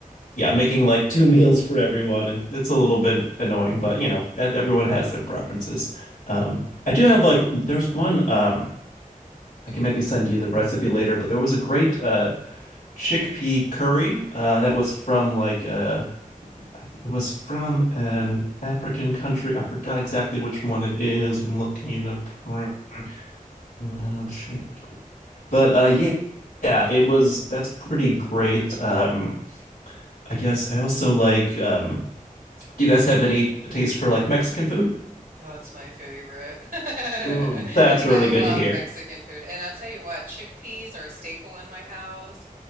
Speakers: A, on the left; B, on the right.
A: yeah making like two <laughs> meals for everyone, and it's a little bit annoying, but you know, that everyone has their preferences. Um, I do have like there's one um. I can maybe send you the recipe later, but there was a great uh, chickpea curry uh, that was from like uh, I th- it was from an African country. I forgot exactly which one it is. I'm looking it up right now. Chick- But uh, yeah, yeah, it was. That's pretty great. Um, I guess I also like. Um, do you guys have any taste for like Mexican food?
B: That's my favorite. <laughs> I
A: Mm. That's really
B: love
A: good to hear.
B: Mexican food. And I'll tell you what, chickpeas are a staple in my house.